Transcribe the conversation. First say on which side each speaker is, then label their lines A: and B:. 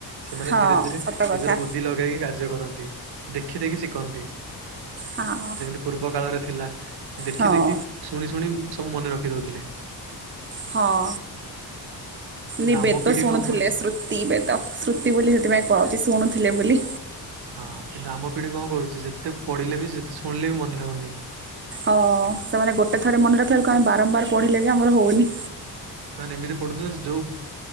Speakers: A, on the right; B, on the right.
A: ସେମାନେ
B: ହଁ
A: ଧୀରେ ଧୀରେ
B: ସତ
A: ନିଜର
B: କଥା
A: ବୁଦ୍ଧି ଲଗ ଲଗେଇକି କାର୍ଯ୍ୟ କରନ୍ତି, ଦେଖି ଦେଖି ଶିଖନ୍ତି।
B: ହଁ।
A: ଯେମିତି ପୂର୍ବ କାଳରେ ଥିଲା ଦେଖି
B: ହଁ
A: ଦେଖି, ଶୁଣି ଶୁଣି ସବୁ ମନେରଖି ଦଉଥିଲେ।
B: ହଁ ନିବେଦ
A: ଆମ ପିଢି
B: ଶୁଣୁଥିଲେ।
A: କଣ କରୁଛି
B: ଶ୍ରୁ ନିବେଦ, ଶ୍ରୁତି ବୋଲି ସେଥିପାଇଁ କୁହାହୋଉଛି ଶୁଣୁଥିଲେ ବୋଲି।
A: ହଁ, କିନ୍ତୁ ଆମ ପିଢି କଣ କରୁଛି ଯେତେ ପଢ଼ିଲେ ବି, ଯେତେ ଶୁଣିଲେ ବି ମନେ ରହୁନି।
B: ଅ ସେମାନେ ଗୋଟେ ଥରେ ମନେ ରଖିଲାବେଳକୁ ଆମେ ବାରମ୍ବାର ପଢିଲେ ବି ଆମର ହଉନି।
A: ସେମାନେ ଏମିତି ପଢୁଥିଲେ ଯେ ଯୋଉ